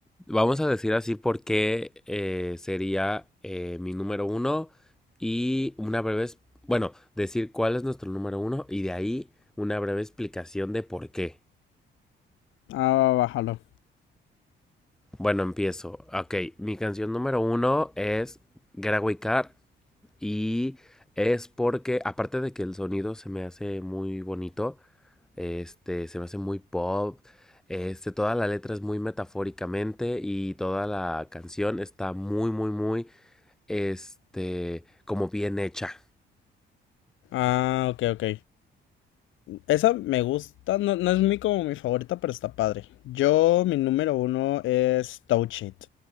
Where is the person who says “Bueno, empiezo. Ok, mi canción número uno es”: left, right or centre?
Centre